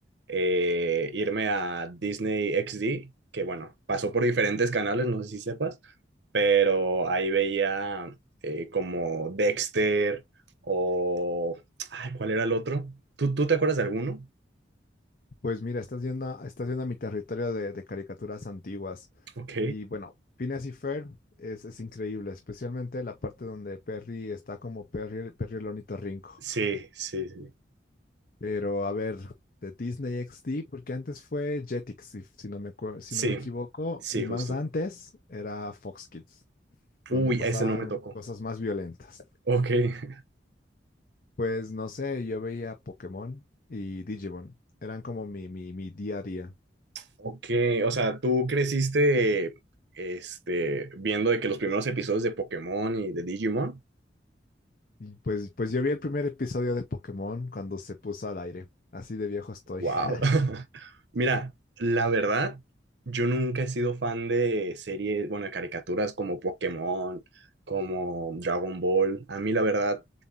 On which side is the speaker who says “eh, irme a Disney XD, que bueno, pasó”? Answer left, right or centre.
Right